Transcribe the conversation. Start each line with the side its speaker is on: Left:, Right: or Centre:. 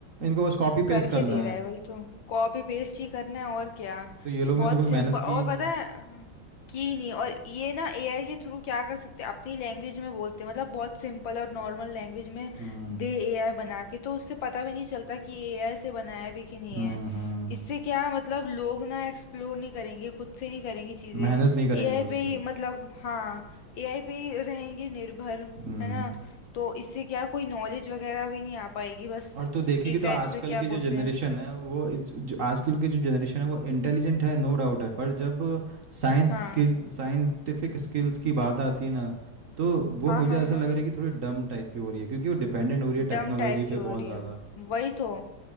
Right: इनको बस कॉपी
Left: करके
Right: पेस्ट करना
Left: दे रहा
Right: है
Left: है वही तो कॉपी पेस्ट ही करना है और क्या
Right: तो ये लोग
Left: बहुत
Right: ने तो कोई मेहनत
Left: सिंपल और
Right: की ही नहीं
Left: पता है की नहीं और ये ना एआई के थ्रू क्या कर सकते हैं अपनी लैंग्वेज में बोलते हैं मतलब बहुत सिंपल और नॉर्मल लैंग्वेज में
Right: हम्म
Left: दे एआई बना के तो उससे पता भी नहीं चलता कि एआई से बनाया भी कि नहीं
Right: हम्म
Left: है
Right: हम्म
Left: इससे क्या मतलब लोग ना एक्सप्लोर नहीं करेंगे खुद से नहीं करेंगे चीजें
Right: मेहनत नहीं करेंगे
Left: एआई
Right: खुद
Left: पे
Right: से
Left: ही मतलब हाँ एआई पे ही रहेंगे निर्भर
Right: हम्म
Left: है ना तो इससे क्या कोई नॉलेज वगैरह भी नहीं आ पाएगी बस
Right: और तू देखेगी
Left: एक
Right: तो
Left: टाइप
Right: आजकल
Left: से क्या
Right: की
Left: बोलते
Right: जो जनरेशन
Left: हैं
Right: है वो इज- जो आजकल की जो जनरेशन है वो इंटेलिजेंट है नो डाउट है पर जब साइंस
Left: हाँ
Right: स्किल साइंटिफिक स्किल्स की बात आती है ना तो वो
Left: हाँ
Right: मुझे
Left: हाँ
Right: ऐसा
Left: हाँ
Right: लग रहा है कि थोड़ी डम टाइप की हो रही है क्योंकि वो डिपेंडेंट हो रही है
Left: डम
Right: टेक्नोलॉजी
Left: टाइप की
Right: पे
Left: हो
Right: बहुत
Left: रही
Right: ज़्यादा
Left: है वही तो